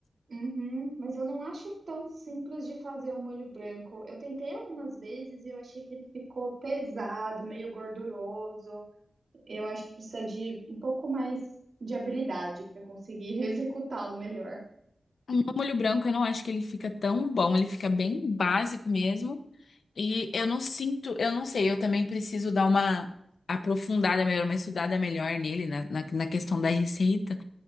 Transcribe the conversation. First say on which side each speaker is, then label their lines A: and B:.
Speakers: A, on the right; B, on the left.
A: uhum, mas eu não acho tão simples de fazer o molho branco. Eu tentei algumas vezes e eu achei que ele ficou pesado, meio gorduroso. Eu acho que precisa de um pouco mais de habilidade para conseguir <laughs> executá-lo melhor.
B: O molho branco, eu não acho que ele fica tão bom, ele fica bem básico mesmo. E eu não sinto, eu não sei, eu também preciso dar uma aprofundada melhor, uma estudada melhor nele, na, na, na questão da receita.